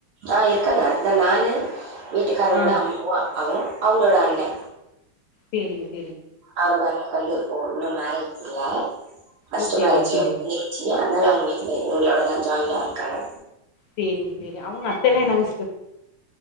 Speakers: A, on the right; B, on the left.
A: ஆஹ் இருக்கங்க இந்தா நானு வீட்டுக்காரோட
B: ஆ
A: அம்மாவு அப் பாவும் அவங்ளோட அண்ணெ
B: சேரிங்க சி
A: அவரோட அக்கொண்டு ஓ இன்னு மேரேஜ் இல்ல ஃபஸ்ட்டு
B: ஓகே
A: மேரேஜி
B: ஓகே
A: <unintelligible> அதனால அவங்க வீட்லெ எங்ளோடதா ஜாயின்டா இருக்காங்க
B: சேரிங் சேரி அவுங்க அத்தெல்லா என்னங்